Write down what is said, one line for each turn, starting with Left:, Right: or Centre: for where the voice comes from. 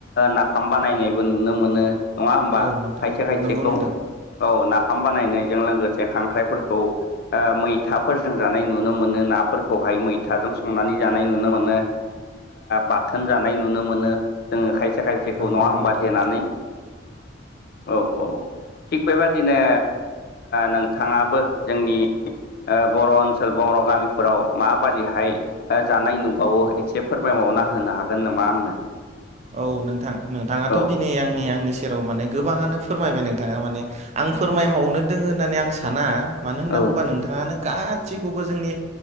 Left: नाफाम बानायनायबो नुनो मोनो। नङा हबा
Right: औ नोंथां
Left: खायसे खायसेखौ
Right: नंगौ नोंथां
Left: औ नाफाम बानायनायजों लोगोसे खांग्रा फोरखौ मैथाफोरजों जानाय नुनो मोनो नाफोरखौहाय मैथाजों संनानै जानाय नुनो मोनो। बाथोन जानाय नुनो मोनो जोङो खायसे खायसेखौ
Right: औ
Left: नङा
Right: नोंथां
Left: हबा देनानै औ औ थिग बेबादिनो नोंथाङाबो जोंनि बर' ओनसोल बर' गामिफोराव माबादिहाय जानाय नुबावो एसे फोरमायबावना होनो हागोन नामा आंनो?
Right: औ नोंथां नोंथाङाथ'
Left: औ
Right: दिनै आंनि आंनि सेराव माने गोबाङानो फोरमायबाय नोंथाङा माने आं फोरमायबावनो दोङो होननानै आं साना मानो होनना
Left: औ
Right: बुंब्ला नोंथाङानो गासैखौबो जोंनि